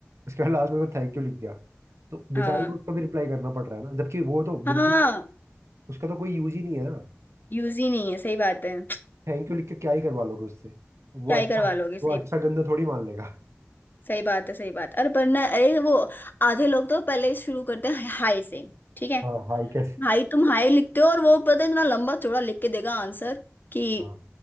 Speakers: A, on the right; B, on the left.
A: उसके बाद लास्ट में को थैंक यू लिख दिया तो बेचारे
B: हाँ
A: को उसका भी रिप्लाई करना पड़ रहा है ना जबकि वो तो
B: हाँ
A: बिल्कुल उसका तो कोई यूज ही नहीं है ना
B: यूज ही नहीं है सही बात है
A: थैंक यू लिख के क्या ही करवा लोगे उससे वो
B: क्या ही
A: अच्छा
B: करवा लोगे सही
A: वो अच्छा गंदा थोड़ी मान लेगा
B: सही बात है सही बात अरे पर ना अरे वो आधे लोग तो पहले ही शुरू करते हैं हाय से ठीक है
A: हाँ हाई कैसे
B: भाई तुम हाय लिखते हो और वो पता है इतना लंबा चौड़ा लिख के देगा आंसर कि
A: हाँ